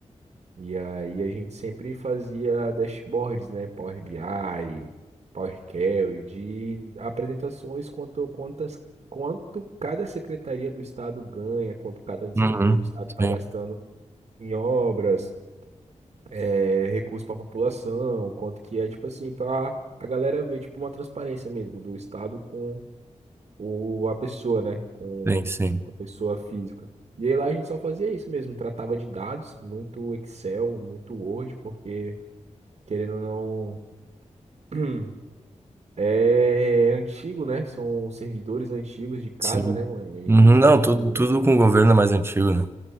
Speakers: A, on the right; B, on the right.
A: E aí a gente sempre fazia dashboards, né? Power BI, Power Query, de apresentações quanto quantas quanto cada secretaria do estado ganha, quanto cada secretaria
B: Uhum.
A: do estado
B: Sim,
A: está gastando em obras, eh, recursos para a população, quanto que é tipo assim para a galera ver tipo uma transparência mesmo do estado com ou a pessoa, né? Com
B: sim, sim.
A: uma pessoa física. E aí lá a gente só fazia isso mesmo, tratava de dados, muito Excel, muito Word, porque querendo ou não, <clears throat> é antigo, né? São servidores antigos de casa,
B: Sim.
A: né, mano? E
B: Uhum. Não,
A: tipo,
B: tudo, tudo com o governo é mais antigo, né?